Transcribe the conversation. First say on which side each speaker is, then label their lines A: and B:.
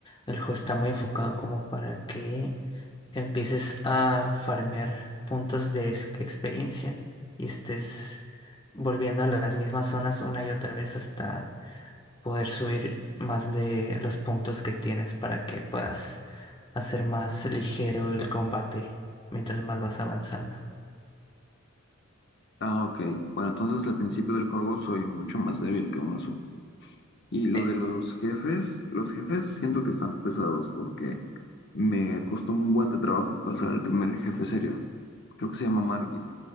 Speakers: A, on the left; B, on the left.
A: el juego está muy enfocado como para que empieces a farmear puntos de ex- experiencia y estés volviendo a las mismas zonas una y otra vez hasta poder subir más de los puntos que tienes para que puedas hacer más ligero el combate mientras más vas avanzando.
B: Ah, ok. Bueno, entonces al principio del juego soy mucho más débil que un oso. Y lo
A: Eh,
B: de los jefes, los jefes siento que están pesados porque me costó un buen de trabajo pasar el primer jefe serio. Creo que se llama Margit.